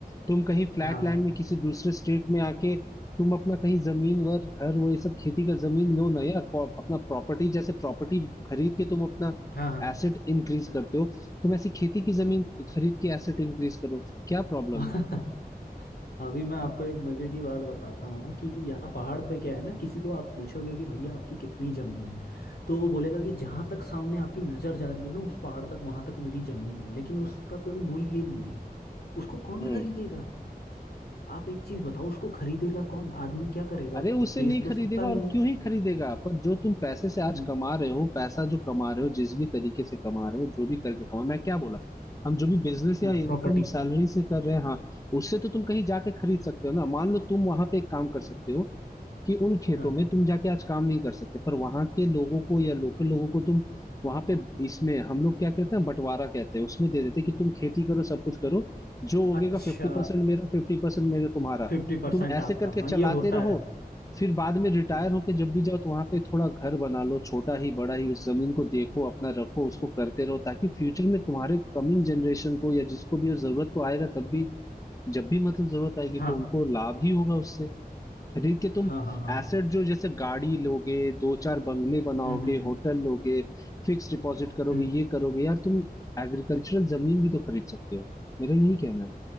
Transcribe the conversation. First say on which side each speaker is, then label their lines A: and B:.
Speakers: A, on the left; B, on the left.
A: तुम कहीं फ्लैट
B: हाँ
A: लैंड में किसी दूसरे स्टेट में आके तुम अपना कहीं जमीन वर घर वो ये सब खेती का जमीन लो ना यार को- अपना प्रॉपर्टी जैसे प्रॉपर्टी खरीद के तुम अपना
B: हाँ
A: एसेट इंक्रीज करते हो तुम ऐसी खेती की जमीन खरीद के एसेट इंक्रीज करो क्या प्रॉब्लम
B: हाँ
A: है
B: <laughs> अभी मैं आपको एक मजे की बात बताता हूँ कि यहाँ पहाड़ पे क्या है ना किसी को आप पूछोगे कि भैया आपकी कितनी जमीन है तो वो बोलेगा कि जहां तक सामने आपकी नजर जा रही है ना उस पहाड़ तक वहां तक मेरी जमीन है लेकिन उसका कोई मूल्य नहीं है उसको कौन
A: हम्म
B: खरीदेगा आप एक चीज बताओ उसको खरीदेगा कौन आदमी क्या करेगा
A: अरे
B: उसको
A: उसे
B: बेच
A: नहीं
B: तो
A: खरीदेगा
B: सकता नहीं
A: और
B: है
A: क्यों ही खरीदेगा पर जो तुम पैसे से आज
B: हम्म,
A: कमा रहे हो पैसा जो कमा रहे हो जिस भी तरीके से कमा रहे हो जो भी करके कमा मैं क्या बोला हम जो भी बिजनेस या
B: हाँ,
A: इनकम
B: प्रॉपर्टी
A: सैलरी से कर रहे हैं हाँ उससे तो तुम कहीं जाके खरीद सकते हो ना मान लो तुम वहां पे एक काम कर सकते हो कि उन खेतों
B: हाँ
A: में तुम जाके आज काम नहीं कर सकते पर वहां के लोगों को या लोकल लोगों को तुम वहां पे इसमें हम लोग क्या कहते हैं बंटवारा कहते हैं उसमें दे देते हैं कि तुम खेती करो सब कुछ करो जो
B: अच्छा
A: उगेगा फिफ्टी परसेंट मेरा फिफ्टी परसेंट मेरा तुम्हारा
B: फिफ्टी परसेंट
A: तुम ऐसे
B: आपका
A: करके
B: हाँ ये
A: चलाते
B: होता
A: रहो
B: है
A: फिर बाद में रिटायर
B: हाँ
A: होके जब भी जाओ तो वहां पे थोड़ा घर बना लो छोटा ही बड़ा ही उस जमीन को देखो अपना रखो उसको करते रहो ताकि फ्यूचर में तुम्हारे कमिंग जनरेशन को या जिसको भी वो जरूरत तो आएगा तब भी जब भी मतलब जरूरत आएगी
B: हाँ
A: तो उनको लाभ ही होगा उससे खरीद के तुम
B: हाँ हाँ हाँ
A: एसेट
B: हाँ,
A: जो जैसे गाड़ी लोगे दो चार बंगले बनाओगे
B: हम्म हम्म
A: होटल लोगे फिक्स डिपॉजिट करोगे
B: हम्म
A: ये करोगे यार तुम एग्रीकल्चरल जमीन भी तो खरीद सकते हो मेरा यही कहना है